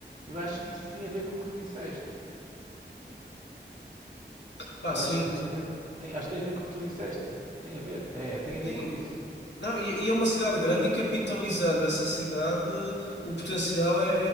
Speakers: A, on the right (about 40°); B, on the left (about 70°).
A: Eu acho que isso tem a ver com o que tu disseste.
B: Pá,
A: Eu
B: sim,
A: acho que tem a ver. Tem, acho que tem a ver com o que tu disseste. Tem a ver, é, tem a ver
B: sim,
A: com isso.
B: Não, e, e é uma cidade grande e capitalizando essa cidade, o potencial é,